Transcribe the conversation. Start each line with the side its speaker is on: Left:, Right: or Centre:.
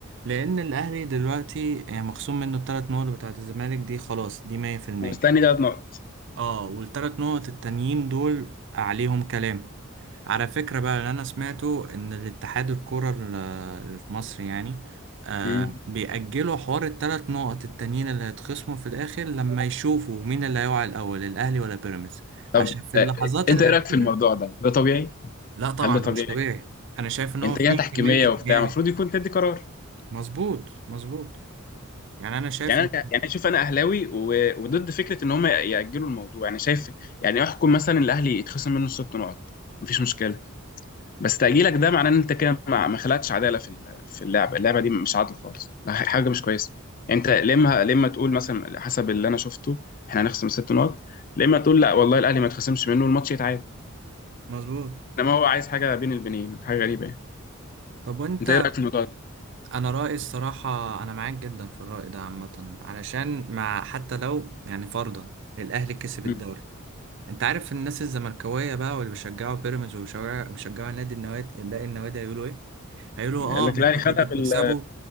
Right: لان الاهلي دلوقتي يعني مخصوم منه الثلاث نقط بتاعت الزمالك دي خلاص دي 100%
Left: مستني ثلاث نقط
Right: اه والثلاث نقط التانيين دول عليهم كلام على فكرة بقى اللي انا سمعته ان الاتحاد الكرة ال- اللي في مصر يعني آه
Left: مم.
Right: بيأجلوا حوار الثلاث نقط التانيين اللي هيتخصموا في الاخر لما يشوفوا مين اللي هيقع الاول الاهلي ولا بيراميدز
Left: طب
Right: عشان في
Left: آه،
Right: اللحظات
Left: آه، انت
Right: الأخيرة
Left: ايه رايك في الموضوع ده ده طبيعي
Right: لا طبعا
Left: هل ده طبيعي
Right: ده مش طبيعي انا شايف ان هو
Left: انتاجيه
Right: في
Left: تحكيميه
Right: كمية اجيال
Left: وبتاع المفروض يكون تدي قرار
Right: مظبوط مظبوط يعني انا شايف
Left: يعني
Right: ان
Left: انا يعني شوف انا اهلاوي و- وضد فكره ان هم ياجلوا الموضوع يعني شايف يعني احكم مثلا الاهلي يتخصم منه ست نقط مفيش مشكله بس تأجيلك ده معناه ان انت كده ما ما خلقتش عدالة في ال- في اللعبة اللعبة دي مش عادلة خالص ده ح- حاجة مش كويسة يعني انت لما لما تقول مثلا حسب اللي انا شفته احنا هنخصم ست نقط لما تقول لا والله الاهلي ما يتخصمش منه الماتش يتعاد
Right: مظبوط
Left: انما هو عايز حاجة بين البنين حاجة غريبة يعني
Right: طب وانت
Left: انت ايه رأيك في الموضوع ده؟
Right: انا رأيي الصراحة انا معاك جدا في الرأي ده عامة علشان مع حتى لو يعني فرضا الاهلي كسب الدوري
Left: مم.
Right: انت عارف الناس الزملكاوية بقى واللي بيشجعوا بيراميدز وبيشجعوا بيشجعوا النادي النوادي باقي النوادي هيقولوا ايه هيقولوا
Left: يقول
Right: اه
Left: لك
Right: ما
Left: الاهلي
Right: انتوا
Left: خدها
Right: كنتوا
Left: بال
Right: بتكسبوا